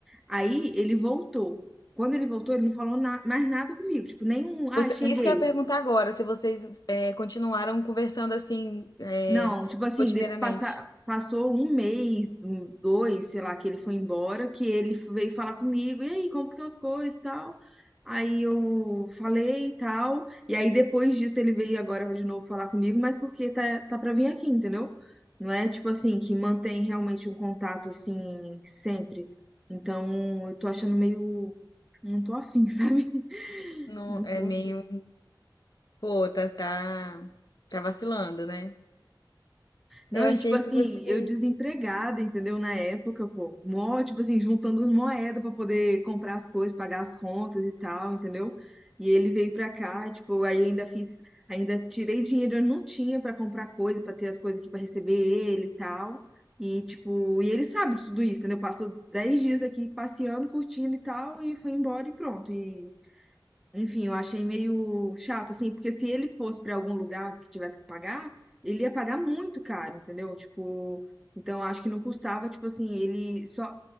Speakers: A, in the centre; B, on the left (about 55°).
A: aí ele voltou. Quando ele voltou, ele não falou na- mais nada comigo, tipo, nenhum, ah,
B: Você-
A: cheguei.
B: isso que eu ia perguntar agora, se vocês é, continuaram conversando assim, é,
A: Não, tipo assim,
B: rotineiramente.
A: de, passa, passou um mês, um- dois, sei lá, que ele foi embora, que ele veio falar comigo, e aí, como que estão as coisas e tal? Aí eu falei e tal, e aí depois disso ele veio agora de novo falar comigo, mas porque tá, tá pra vir aqui, entendeu? Não é tipo assim, que mantém realmente um contato assim, sempre. Então, eu tô achando meio, não tô afim, <laughs> sabe?
B: Não,
A: Não
B: é
A: tô
B: meio. Pô, tá, tá, tá vacilando, né?
A: Não,
B: Eu achei
A: e tipo assim,
B: que vocês.
A: eu desempregada, entendeu? Na época, pô, mó, tipo assim, juntando as moedas pra poder comprar as coisas, pagar as contas e tal, entendeu? E ele veio pra cá, e, tipo, aí eu ainda fiz, ainda tirei dinheiro, eu não tinha pra comprar coisa, pra ter as coisas aqui pra receber ele e tal. E tipo, e ele sabe de tudo isso, entendeu? Passou 10 dias aqui passeando, curtindo e tal, e foi embora e pronto. E enfim, eu achei meio chato, assim, porque se ele fosse para algum lugar que tivesse que pagar, ele ia pagar muito caro, entendeu? Tipo, então acho que não custava, tipo assim, ele só,